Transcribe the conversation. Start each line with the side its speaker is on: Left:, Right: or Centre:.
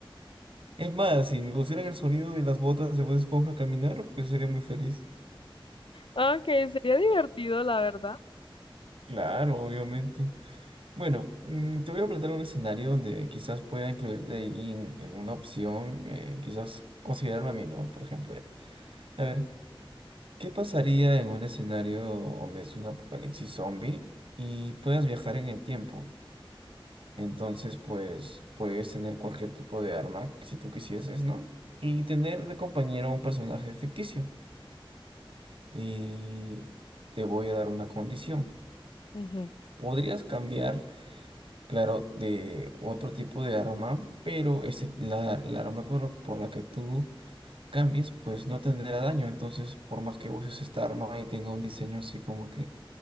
Right: Es más, si me pusieran el sonido de las botas de Bob Esponja al caminar, pues sería muy feliz.
Left: Ok, sería divertido, la verdad.
Right: Claro, obviamente. Bueno, mm, te voy a plantear un escenario donde quizás pueda incluirte ahí en, en una opción, eh, quizás considerarme a mí, ¿no? Por ejemplo, ya. A ver, ¿qué pasaría en un escenario donde es un apocalipsis zombie y puedas viajar en el tiempo? Entonces, pues, puedes tener cualquier tipo de arma si tú quisieses, ¿no? Y tener de compañero a un personaje ficticio. Y te voy a dar una condición.
Left: Ujú.
Right: Podrías cambiar claro, de otro tipo de arma, pero ese, la, la arma por, por la que tú cambies, pues no tendrá daño. Entonces, por más que uses esta arma y tenga un diseño así como que